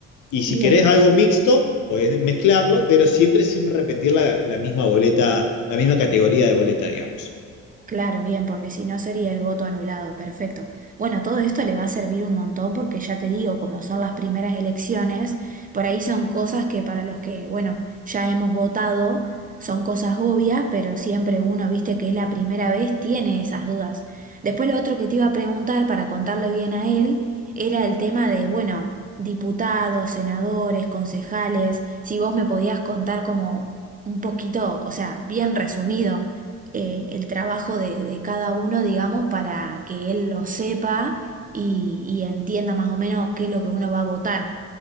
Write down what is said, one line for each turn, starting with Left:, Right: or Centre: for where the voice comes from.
Left: Y si
Right: Bien.
Left: querés algo mixto, podés mezclarlo, pero siempre sin repetir la, la misma boleta, la misma categoría de boleta, digamos.
Right: Claro, bien, porque si no sería el voto anulado, perfecto. Bueno, todo esto le va a servir un montón porque ya te digo, como son las primeras elecciones, por ahí son cosas que para los que, bueno, ya hemos votado, son cosas obvias, pero siempre uno, viste que es la primera vez, tiene esas dudas. Después lo otro que te iba a preguntar para contarle bien a él era el tema de, bueno, diputados, senadores, concejales, si vos me podías contar como un poquito, o sea, bien resumido eh, el trabajo de, de cada uno, digamos, para que él lo sepa y, y entienda más o menos qué es lo que uno va a votar.